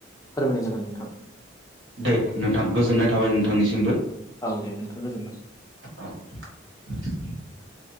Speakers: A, on the left (about 15°); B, on the right (about 75°).
A: फोरमायनाय जाबाय नोंथां
B: दे नोंथां गोजोननाय थाबाय
A: औ
B: नोंथांनिसिमबो
A: औ दे नोंथां गोजोनबाय
B: औ